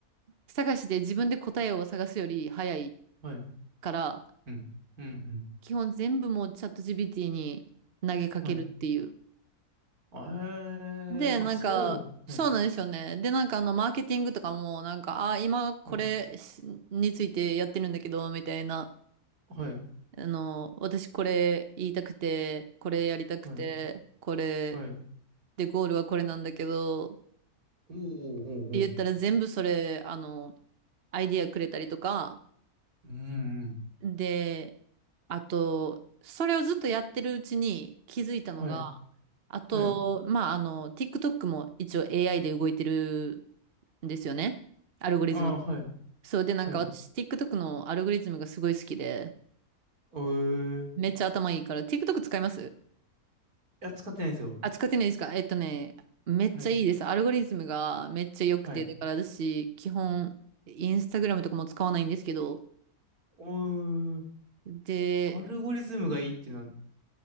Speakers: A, on the right; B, on the right.
A: 探して自分で答えを探すより早い
B: はい。
A: から、
B: うん。うん、うん。
A: 基本全部もうチャット GPT に投げかけるっていう。
B: はい。えー、
A: で、なんか、
B: あ、そう。はい。
A: そうなんですよね。で、なんかあの、マーケティングとかも、なんか、あ、今これしについてやってるんだけど、
B: はい。
A: みたいな。
B: はい。
A: あの、私これ言いたくて、これやりたくて、
B: はい。
A: これ、
B: はい。
A: で、ゴールはこれなんだけど、っ
B: おーおーおーおー。
A: て言ったら全部それ、あの、アイディアくれたりとか、
B: うん、うん。
A: で、あと、それをずっとやってるうちに気づいたのが、
B: はい。
A: あと、
B: はい。
A: まあ、あの、TikTok も一応 AI で動いてるんですよね。アルゴリズム。
B: ああ、はい。
A: そうで、なんか私、
B: はい。
A: TikTok のアルゴリズムがすごい好きで、
B: おー。い
A: めっちゃ頭いいから、TikTok 使います
B: や、使ってないんですよ。
A: あ、使ってないですかえっとね、めっちゃいいです。
B: はい。
A: アルゴリズムがめっちゃ良くて、
B: はい。
A: だから私、基本、インスタグラムとかも使わないんですけど、
B: おー。
A: で、
B: アルゴリズムがいいっていうのは、